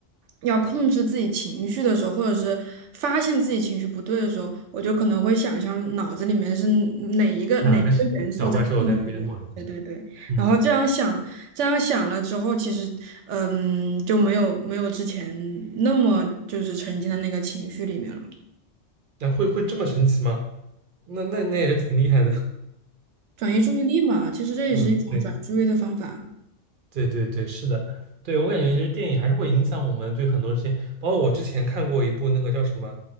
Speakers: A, on the right (about 75°); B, on the right (about 55°).
A: 要控制自己情绪的时候，或者是发现自己情绪不对的时候，我就可能会想象脑子里面是哪一个哪一个元素在控制我。
B: 哪嗯个小怪兽在那边弄
A: 对对对。
B: 嗯，
A: 然后这样想，这样想了之后，其实，嗯，就没有没有之前那么就是沉浸在那个情绪里面了，
B: 那会会这么神奇吗？那那那也是挺厉害的。<laughs>
A: 转移注意力嘛，其实这也是一种转移注意的方法。
B: 嗯，对。对对对，是的，对，我感觉其实电影还是会影响我们对很多事情，包括我之前看过一部那个叫什么，